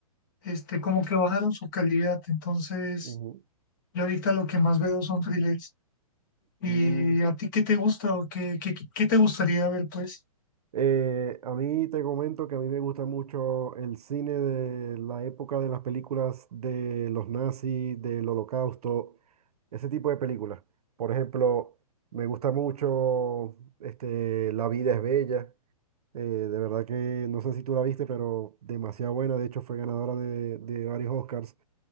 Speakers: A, on the left; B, on the right.
A: este, como que bajaron su calidad. Entonces,
B: Ujú.
A: yo ahorita lo que más veo son thrillers. ¿Y
B: Mm.
A: a ti qué te gusta o qué, qué, qué qué te gustaría ver, pues?
B: Eh, a mí te comento que a mí me gusta mucho el cine de la época de las películas de los nazis, del holocausto, ese tipo de películas. Por ejemplo, me gusta mucho este, La vida es bella. Eh, de verdad que no sé si tú la viste, pero demasiado buena. De hecho, fue ganadora de, de varios Oscars.